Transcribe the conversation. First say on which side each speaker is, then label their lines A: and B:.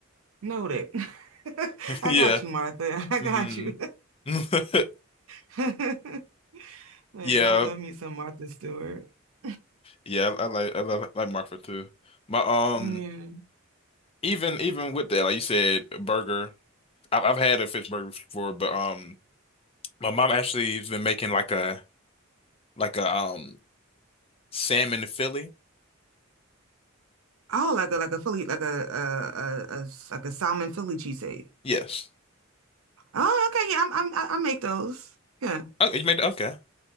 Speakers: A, on the right; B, on the left.
A: noted. <laughs>
B: <laughs>
A: I
B: Yeah.
A: got you, Martha. <laughs> I got
B: Mm.
A: you.
B: <laughs>
A: <laughs> Like,
B: Yeah,
A: I love me some Martha Stewart. <laughs>
B: yeah, I I like I love like Marfa too. My um
A: Yeah.
B: even even with that, like you said, a burger. I've I've had a fish burger before, but um my mom actually has been making like a like a um Sam in Philly?
A: Oh, like a like a Philly, like a uh a, a s- like a salmon Philly cheesesteak.
B: Yes.
A: Oh, okay, yeah, I'm, I'm I I make those. Yeah,
B: Okay, you made okay.